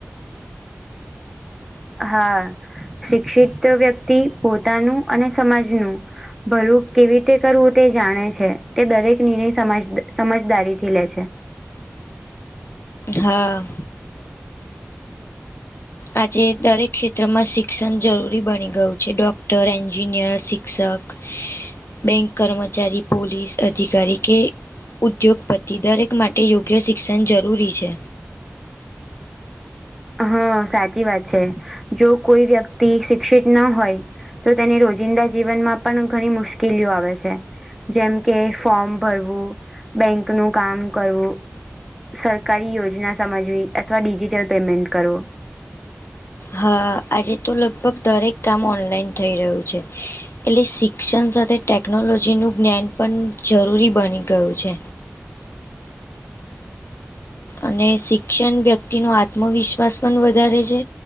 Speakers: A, in the centre; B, on the left.
A: હા શિક્ષિત વ્યક્તિ પોતાનું અને સમાજનું ભલું કેવી રીતે કરવું તે જાણે છે તે દરેક નિર્ણયજ સમજદારી થી લે છે
B: હા આજે દરેક ક્ષેત્રમાં શિક્ષણ જરૂરી બની ગયું છે ડૉક્ટર એન્જિનિયર શિક્ષક બેંક કર્મચારી પોલીસ અધિકારી કે ઉદ્યોગપતિ દરેક માટે યોગ્ય શિક્ષણ જરૂરી છે
A: હા સાચી વાત છે જો કોઈ વ્યક્તિ શિક્ષિત ના હોય તો તેની રોજિંદા જીવનમાં પણ ઘણી મુશ્કેલીઓ આવે છે જેમ કે ફોર્મ ભરવું બેંક નું કામ કરવું સરકારી યોજના સમજવી અથવા ડિજિટલ પેમેન્ટ કરો
B: હા આજે તો લગભગ દરેક કામ ઓનલાઈન થઈ રહ્યું છે એટલે શિક્ષણ સાથે ટેકનોલોજીનું જ્ઞાન પણ જરૂરી બની ગયું છે અને શિક્ષણ વ્યક્તિ નો આત્મવિશ્વાસ પણ વધારે છે